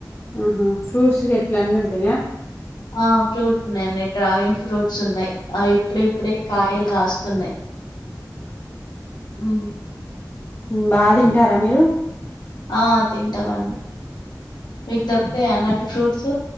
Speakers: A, on the left; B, on the left.
A: ఆహా ఫ్రూట్స్ చెట్లు అన్ని ఉంటాయా
B: ఆ ఫ్రూట్స్ ఉన్నాయండి డ్రాగన్ ఫ్రూట్స్ ఉన్నాయి ఆ ఇప్పుడుప్పుడే కాయలు కాస్తున్నాయి ఉ
A: ఉమ్ బాగా తింటారా మీరు
B: ఆ తింటామండి మీకు దొరుకుతాయా అండి ఫ్రూట్స్